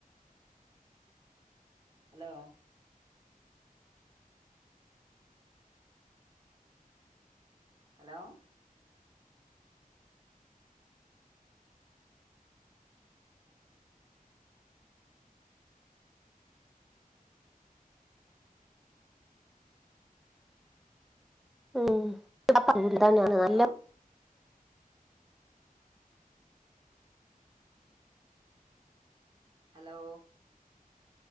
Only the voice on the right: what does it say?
ഹലോ ഹലോ
ഹലോ ഹലോ